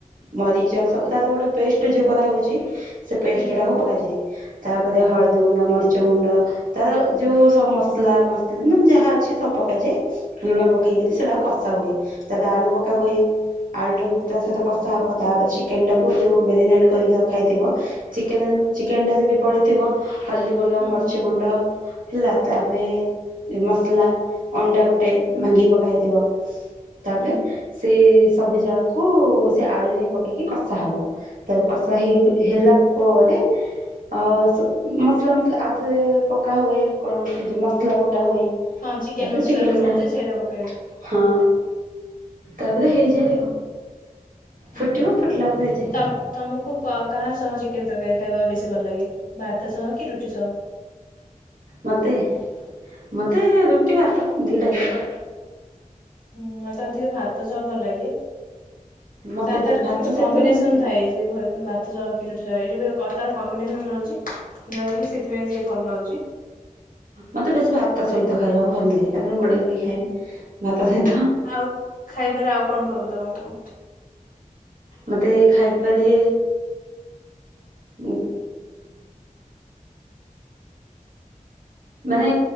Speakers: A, on the right; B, on the left.
A: ମରିଚ ସବୁ ତାର ଗୋଟେ ପେଷ୍ଟ ଯୋଉ କା ହଉଛି ସେ ପେଷ୍ଟ
B: ହୁଁ
A: ଟାକୁ ପକାଯାଏ। ତାପରେ ହଳଦୀ ଗୁଣ୍ଡ ମରିଚ ଗୁଣ୍ଡ ତାର ଯୋଉ ସବୁ ମସଲା ମସଲି ମାନେ ଯାହା ଅଛି ସବୁ ପକାଯାଏ ଲୁଣ ପକେଇକି ସେଇଟା କଷା ହୁଏ। ତାପରେ ଆଳୁ ପକା
B: ହୁଁ
A: ହୁଏ ଆଳୁଟାକୁ ତା ସହିତ କଷା ହେବ ତାପରେ ଚିକେନ୍ଟାକୁ ଯେଉଁ ମ୍ୟାରିନେଟ୍ କରିକି ରଖା ହୋଇଥିବ ଚିକେନ ଚିକେନଟାରେ ବି ତା ପଡିଥିବ ହଲଦୀ ଗୁଣ୍ଡ
B: ହୁଁ
A: ମରିଚ ଗୁଣ୍ଡ ହେଲା ତାପରେ ମସଲା ଅଣ୍ଡା ଗୋଟେ ଭାଙ୍ଗିକି ପକା ହେଇଥିବ। ତାପରେ
B: ହୁଁ
A: ସେ ସବୁ ଜାଗକୁ ତାକୁ ସେ ଆଳୁ ହି ପକେଇକି କଷା ହବ ତାକ ତ ହେ
B: ହୁଁ
A: ହେଲାପର ଅ ମସଲା ମସଲା ଆଉ ଥରେ ପକା ହୁଏ କଣ ସେଉ ମସଲା ପକା ହୁଏ
B: ହଁ ଚିକେନ୍
A: ତାପରେ
B: ମସଲା
A: ଚିକେନ
B: ଯେଉଁ ରହୁଛି
A: ଟା
B: ସେଇଟା ପକାଇବେ
A: ହଁ ତାପରେ ହେଇଯାଏ।
B: ହୁଁ
A: ଫୁଟିବ ଫୁଟିଲା ପରେ ହେଇଯାଏ
B: ତମକୁ କାହା ସହ ଚିକେନ ତରକାରୀ ଖାଇବାକୁ ବେଶୀ ଭଲ ଲାଗେ। ଭାତ ସହ କି ରୁଟି ସହ
A: ମତେ ମତେ ରୁଟି ଭାତ ଦିଇଟା ଜାକ
B: ହୁଁ ମତେ ଅଧିକ ଭାତ ତେ ସବ ଭଲ ଲାଗେ।
A: ମତେ
B: ତାର
A: ବି
B: ତାର
A: ଭାତ
B: କିଛି କମ୍ବିନେସନ
A: ସହିତ ମାନେ
B: ଥାଏ ଯେ ଘରେ ଭାତ କିର ଏ କାର ତାର କମ୍ବିନେସନ ରହୁଛି ଯାହାକି ସେଥିପାଇଁ ସେ ଭଲ ଲାଗୁଚି।
A: ମତେ ବେଶୀ ଭାତ ସହିତ ଖାଇବାକୁ ଭଲ ଲାଗେ କାରଣ ଗୋଳେଇ ଗୋଳେଇ ଖାଇବି ଭାତ ସହିତ।
B: ଆଉ ଖାଇବାରେ ଆଉ କଣ ଭଲ ତମକୁ।
A: ମତେ ଖାଇବା ରେ ଉ ମାନେ